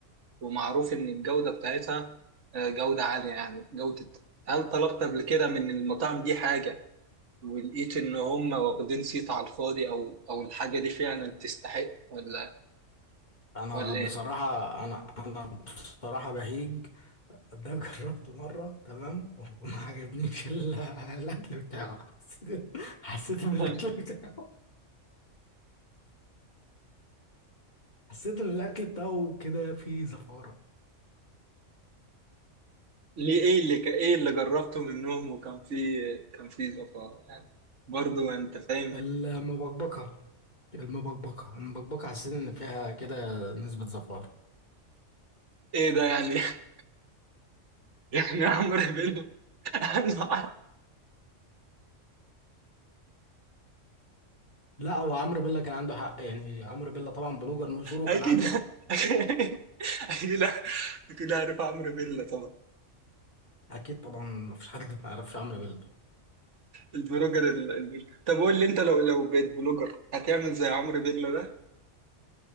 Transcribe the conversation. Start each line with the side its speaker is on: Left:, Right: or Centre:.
Right: ومعروف ان الجودة بتاعتها آه، جودة عالية يعني جودة هل طلبت قبل كده من المطاعم دي حاجة ولقيت ان هم واخدين صيت على الفاضي او او الحاجه دي فعلا تستحق ولا
Left: انا
Right: ولا
Left: بصراحة
Right: ايه
Left: انا انا بصراحة بهيج ده جربته مرة تمام وما عجبنيش ال- الأكل بتاعه حسيت إن- حسيت إن الأكل
Right: <laughs>
Left: بتاعه حسيت إن الأكل بتاعه كده فيه زفارة
Right: ليه ايه اللي ك- ايه اللي جربته منهم وكان في كان في زفاء يعني برضو انت فاهم
Left: المبكبكة المبكبكة المبكبكة حسيت إن فيها كده نسبة زفارة
Right: ايه ده يعني <laughs> يعني عمرو بيلو <laughs>
Left: لا هو عمرو بيلا كان عنده حق يعني عمرو بيلا طبعا بلوجر مشهور وكان
Right: اكيد
Left: عنده <laughs>
Right: اكيد اكيد اكيد عارف عمرو بيلا طبعا
Left: أكيد طبعا مفيش حد ما يعرفش عمرو بيلا
Right: البلوجر ال- البل... طب قول لي انت لو لو بقيت بلوجر هتعمل زي عمرو بيلا ده